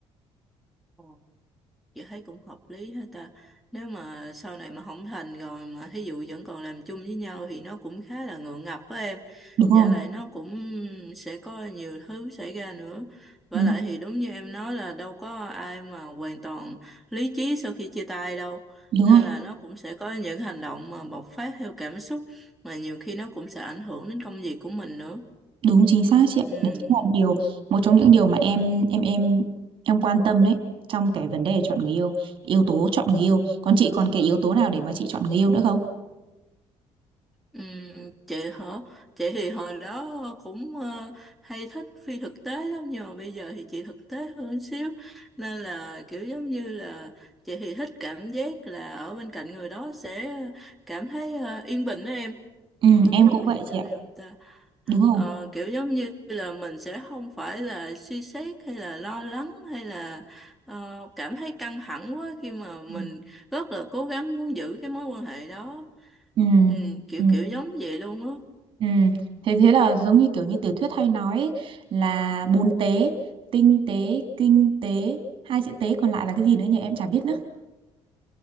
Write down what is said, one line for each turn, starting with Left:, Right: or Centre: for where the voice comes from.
Centre: Ờ. chị thấy cũng hợp lý hết ta nếu mà sau này mà không thành rồi mà thí dụ vẫn còn làm chung với nhau thì nó cũng khá là ngượng ngập với em
Right: đúng rồi
Centre: Dạ lại nó cũng sẽ có nhiều thứ xảy ra nữa và
Right: đúng
Centre: lại
Right: rồi
Centre: thì đúng như em nói là đâu có ai mà hoàn toàn lý trí sau khi chia tay đâu
Right: đúng
Centre: nên
Right: rồi
Centre: là nó cũng sẽ có những hành động mà bộc phát theo cảm xúc mà nhiều khi nó cũng sẽ ảnh hưởng đến công việc của mình nữa
Right: Đúng chính xác chị ạ.
Centre: ừ
Right: Đấy chính là điều một trong những điều mà em em em em quan tâm đấy trong cái vấn đề chọn người yêu, yếu tố chọn người yêu. Còn chị còn cái yếu tố nào để mà chị chọn người yêu nữa không?
Centre: Ừ, chị hả? Chị thì hồi đó cũng ờ, hay thích phi thực tế lắm nhưng mà bây giờ thì chị thực tế hơn xíu nên là kiểu giống như là chị thì thích cảm giác là ở bên cạnh người đó sẽ cảm thấy ờ, yên bình đó em
Right: Ừ,
Centre: không
Right: em
Centre: biết em
Right: cũng
Centre: hiểu
Right: vậy chị
Centre: từ
Right: ạ.
Centre: nào không ta
Right: Đúng rồi.
Centre: Ờ, kiểu giống như là mình sẽ không phải là suy xét hay là lo lắng hay là ờ, cảm thấy căng thẳng quá khi mà mình
Right: Ừ.
Centre: rất là cố gắng muốn giữ cái mối quan hệ đó
Right: Ừ.
Centre: ừ, kiểu
Right: Ừ.
Centre: kiểu giống vậy luôn á
Right: ừ. Thế thế là giống như kiểu như tiểu thuyết hay nói ấy, là bốn tế, tinh tế, kinh tế, hai chữ tế còn lại là cái gì nữa nhỉ? Em chả biết nữa.